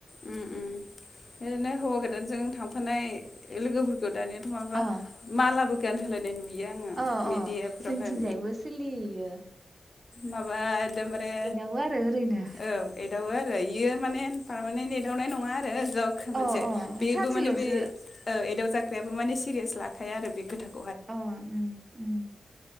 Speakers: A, on the left; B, on the right.
A: उम उम ओरैनो हौवा गोदानजों थांफानाय लोगोफोर खो दानियाथ' माबा
B: अ
A: मालाबो गानहोलायनाय नुयो आङो
B: अ अ
A: मिडियाफ्रावहाय
B: जोंथिंजायबो सोलियो इयो
A: माबा एकदमबारे
B: एदावो आरो ओरैनो
A: औ एदावो आरो। खै बेयो माने पारमानेन्ट एदावनाय। नङा आरो जकसो मोनसे
B: अ अ
A: बेबो
B: सानसेल'सो
A: माने बे एदाव जा बेबो माने सिरियास लाखाया आरो बे खोथाखौ।
B: अ उम